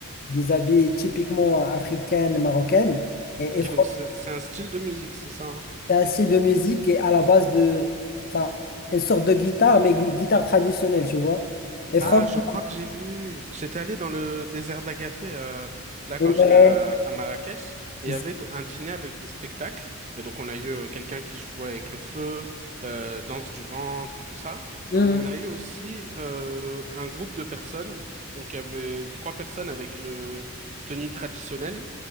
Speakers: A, on the left (about 40°); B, on the right (about 30°).
A: des habits typiquement africaines, marocaines. Et,
B: Ok,
A: et
B: donc c'est c'est un style de musique, c'est ça, hein
A: c'est un style de musique et à la base de, enfin, une sorte de guitare, mais gui- guitare traditionnelle, tu vois. Et franchement,
B: Ah, je crois que j'ai vu. J'étais allé dans le désert d'Agafé, euh, là,
A: ouais,
B: quand j'étais à, à Marrakech,
A: c'est
B: et il y
A: ça,
B: avait d- un dîner avec des spectacles. Et donc, on a eu euh, quelqu'un qui jouait avec le feu, euh, danse du ventre, tout ça.
A: Mhm.
B: Mais on a eu aussi euh, un groupe de personnes. Donc, il y avait trois personnes avec une tenue traditionnelle.